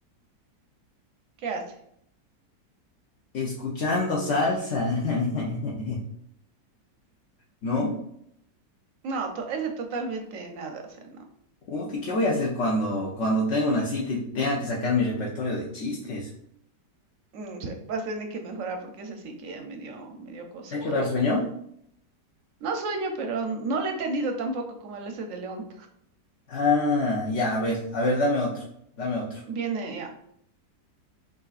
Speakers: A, on the right; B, on the left.
A: ¿qué hace?
B: Escuchando salsa. <laughs> ¿No?
A: No, to- ese totalmente nada, o sea, no.
B: Uh, ¿qué, qué voy a hacer cuando, cuando tenga una cita y tenga que sacar mi repertorio de chistes?
A: Mm, se- vas a tener que mejorar porque ese sí que ya me dio, me dio cosa
B: ¿Te ha quedado
A: ya.
B: sueño?
A: No sueño, pero no le he tenido tampoco como el ese de León.
B: Ah, ya, a ver, a ver, dame otro, dame otro.
A: Viene ya.